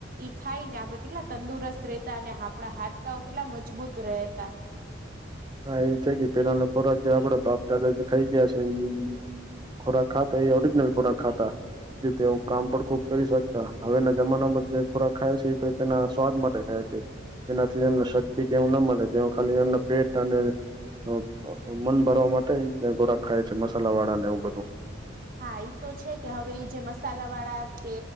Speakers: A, on the right; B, on the right.
A: ઇ ખાઈ ને આ બધ્ કેટલા તંદુરસ્ત રહેતા અને આપડા હાડકાઓ કેટલા મજબૂત રહેતા.
B: હા એ છે કે પેલા ના ખોરાક એ આપડા બાપદાદા જે ખાઈ ગયા છે ઇ ખોરાક ખાતા એ ઓરિજનલ ખોરાક ખાતા જે તેઓ કામ પણ ખુબ કરી શકતા. હવે ના જમાનામાં જે ખોરાક ખાય છે તે એના સ્વાદ માટે ખાય છ. એ એનાથી એમને શક્તિ કેવું ના મળે જેવુ ખાલી એમના પેટ અને અ-અ-અ મન ભરવા માટે ઇ એમ ખોરાક ખાય છે મસાલા વાળા ને એવું બધું.
A: હા ઇ તો છે કે હવે ઇ જે મસાલા વાળા કે